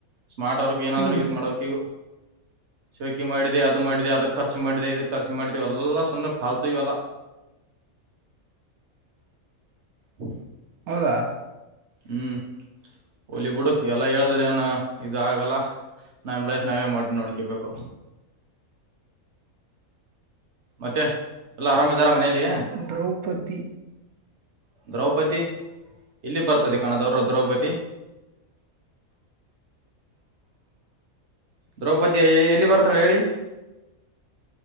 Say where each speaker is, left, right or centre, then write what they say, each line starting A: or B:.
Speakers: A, on the right; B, on the right.
A: ಸ್ಮಾರ್ಟ್ ಅವರಕ್ ಏನಾದ್ರು
B: ಹ್ಮ್
A: ಯೂಸ್ ಮಾಡ್ಬೇಕೆಗ ಶೋಕಿ ಮಾಡಿದೆ ಅದು ಮಾಡಿದೆ ಅದಕ್ ಖರ್ಚು ಮಾಡಿದೆ ಇದಕ್ ಖರ್ಚ ಮಾಡಿದೆ ಎಲ್ಲ ಸುಮ್ನೆ ಫಾಲ್ತು ಇ ಅಲ್ಲ ಹ್ಮ
B: ಹೌದಾ
A: ಹ್ಮ್ ಹಲಿವುುಡ್ ಎಲ್ಲ ಹೇಳದ್ರ ನ ಇದ ಆಗಲ್ಲ ನಾವ್ ಲೈಫ್ ನಾವೇ ಮಾಡ ನೋಡ್ಕಬೇಕು ಮತ್ತೆ ಎಲ್ಲ ಆರಾಮ ಇದಾರ ಮನೇಲಿ
B: ದ್ರೌಪದಿ
A: ದ್ರೌಪದಿ ಎಲ್ಲಿ ಬರ್ತದೆ ಕಣದವರು ದ್ರೌಪದಿ ದ್ರೌಪದಿಯ ಎಲ್ಲಿ ಬರ್ತಾಳೆ ಹೇಳಿ